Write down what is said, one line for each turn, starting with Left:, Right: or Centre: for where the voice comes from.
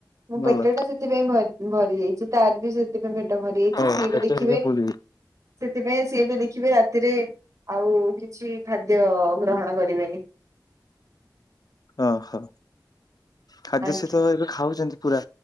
Right: ମୋ
Left: ଭଲ
Right: ପେଟ ଟା ସେଥିପାଇଁ ଭରି ଯାଇଛି ତାର ବି ସେ ଟିକେ ପେଟ ଭରି ଯାଇଛି,
Left: ହଉ
Right: ସିଏ ବି ଦେଖିବେ
Left: ପେଟ ଫୁଲ
Right: ସେଥିପାଇଁ ସିଏ ବି ଦେଖିବେ ରାତିରେ ଆଉ-ଉ କିଛି ଖାଦ୍ୟ-ଅ ଗ୍ରହଣ କରିବେନି।
Left: ଓହୋ, ଖାଦ୍ୟ
Right: ଆଜ୍ଞା।
Left: ସିଏତ ଏବେ ଖାଉଛନ୍ତି ପୁରା।